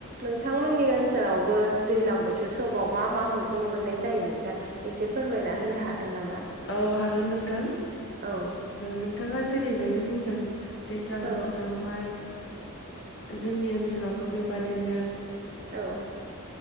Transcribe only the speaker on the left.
औ हागोन नोंथां
नोंथाङा जेरैबायदि बुंदों दैज्लां
बोथोरावहाय जोंनि ओनसोलावबो बेबादिनो